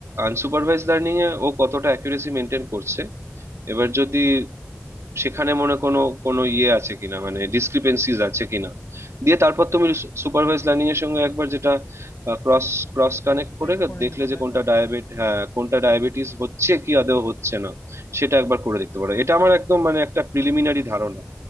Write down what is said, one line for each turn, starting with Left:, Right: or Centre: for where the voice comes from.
Right: আনসুপারভাইজ লার্নিং এ ও কতটা অ্যাকুরেসি মেনটেন করছে এবার যদি সেখানে মনে কোনো কোনো ইয়ে আছে কিনা মানে ডিসক্রিপেন্সিজ আছে কিনা দিয়ে তারপর তুমি সুপারভাইজ লার্নিং এর সঙ্গে একবার যেটা ক্রস ক্রস কানেক্ট
Left: চেক
Right: করে
Left: করে
Right: দেখলে
Left: নিব
Right: যে
Left: তাই
Right: কোনটা
Left: তো
Right: ডায়াবেট হ্যাঁ কোনটা ডায়াবেটিস হচ্ছে কি আদৌ হচ্ছে না সেটা একবার করে দেখতে পারো এটা আমার একদম মানে একটা প্রিলিমিনারি ধারণা